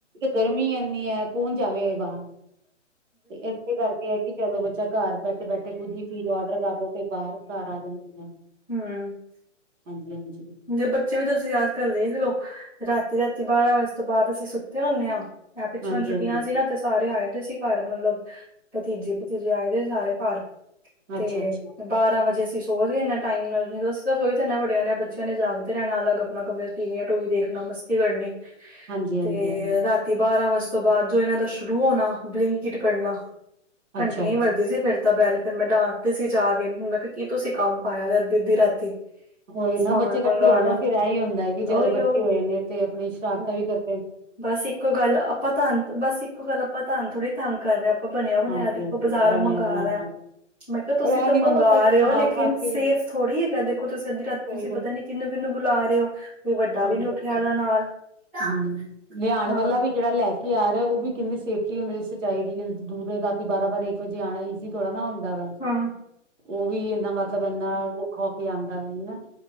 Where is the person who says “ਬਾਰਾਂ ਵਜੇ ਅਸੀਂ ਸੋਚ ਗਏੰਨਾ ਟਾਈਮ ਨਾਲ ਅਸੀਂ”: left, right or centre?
Centre